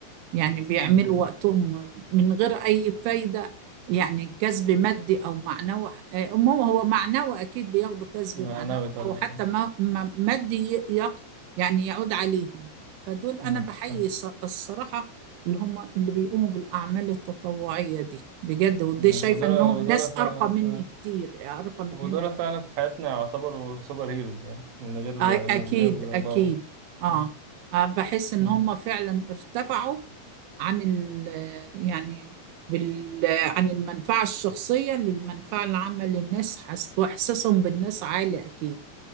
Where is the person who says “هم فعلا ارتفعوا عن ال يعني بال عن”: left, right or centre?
Right